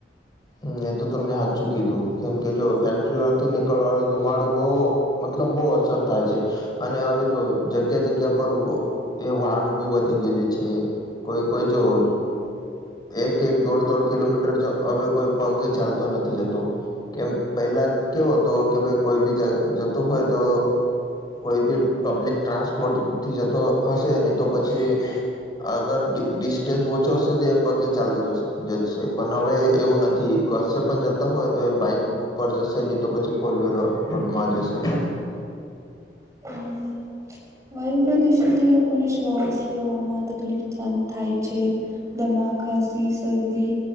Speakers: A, on the left (about 25°); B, on the right (about 20°).
A: હ એ તો તમને હાચું કીધું કેમ કે જો ફેક્ટરી વાથી નીકળવાો ધુમાડો બો મતલબ બહુ અસર થાય છે અને હવે જો જગ્યા જગ્યા પર એ વાહનો બી વધી ગયેલી છે કોઈ કોઈ જોવ એક એક દોઢ દોઢ કિલોમીટર હવે કોઈ પગે ચાલતો નથી જતો. કેમ પહેલા કેવો હતો કે ભાઈ કોઈ બી જતું હોય તો કોઈ બી પબ્લિક ટ્રાન્સપોર્ટ થી જતો હશે નહી તો પછી અગર ડિસ્ટન્સ ઓછો હશે તો એ પગે ચાલતો જશે પણ હવે એવું નથી કસે પણ જતા હોય તો એ બાઈક પર જશે નહી તો પછી ફોર વ્હીલર પણ માં જશે
B: હમ્મ હમ્મ વાયુ પ્રદૂષણથી લોકોને શ્વાસ લેવામાં તકલીફ થાય થાય છે. દમા ખાંસી સરદી